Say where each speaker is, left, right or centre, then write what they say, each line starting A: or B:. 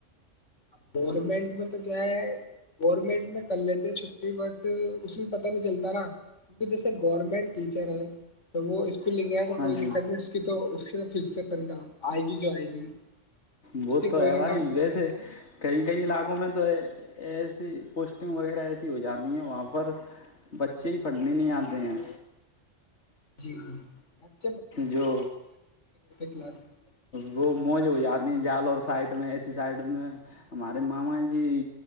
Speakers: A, on the left; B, on the left.
A: اب گورنمنٹ میں تو کیا ہے گورنمنٹ میں کر لیتے چھٹی بس اس میں پتہ نہیں چلتا نا کیونکہ جیسے گورنمنٹ ٹیچر ہیں تو وہ پ ل گیا تو
B: ہاں
A: کوئی
B: جی
A: دقت نہیں اس کی تو فکسک ن کا آئے گی جو آئے گی
B: وہ
A: اس سے
B: تو
A: کوئی
B: ہے
A: نہیں
B: بھائی
A: کاٹ سکتا
B: ویسے کئی کئی علاقوں میں تو ایسی پوسٹنگ وغیرہ ایسی ہو جاتی ہیں وہاں پر بچے ہی پڑھنے نہیں آتے ہیں
A: جٹھیک
B: جو
A: کلاس کے اندر
B: وہ موج ہو جاتی ہیں جال اور سائڈ میں ایسی سائڈ میں ہمارے ماما جی